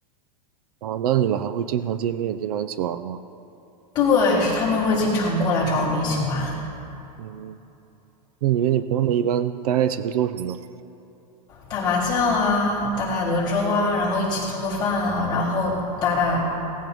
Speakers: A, on the right (about 60°); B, on the left (about 20°).
A: 啊，那你们还会经常见面，经常一起玩吗？
B: 对，是他们会经常过来找我们一起玩，
A: 嗯，那你跟你朋友们一般待在一起会做什么呢？
B: 打麻将啊，打打德州啊，然后一起做个饭啊，然后打打，